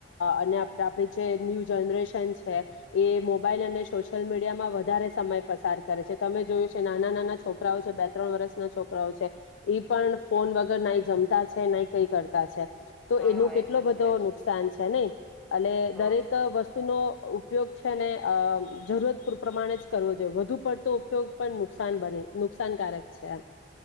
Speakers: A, on the left; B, in the centre.
A: અને આપડી જે ન્યૂ જનરેશન છે એ મોબાઈલ અને સોશિયલ મીડિયામાં વધારે સમય પસાર કરે છે તમે જોયું છે નાના નાના છોકરાઓ છે બે ત્રણ વર્ષના છોકરાઓ છે ઈ પણ ફોન વગર નાઈ જમતા છે નઈ કઈ કરતા છે તો
B: હા
A: એનું કેટલો
B: એ તો
A: બધો
B: છે જ
A: નુકસાન છે નઈ <inaudible> એટ
B: તો
A: દરેક વસ્તુ વત નો ઉપયોગ છે ને અ જરૂરત પૂર પ્રમાણે જ કરવો જોઈએ વધુ પડતો ઉપયોગ પણ નુકસાન બને નુકસાનકારક છે.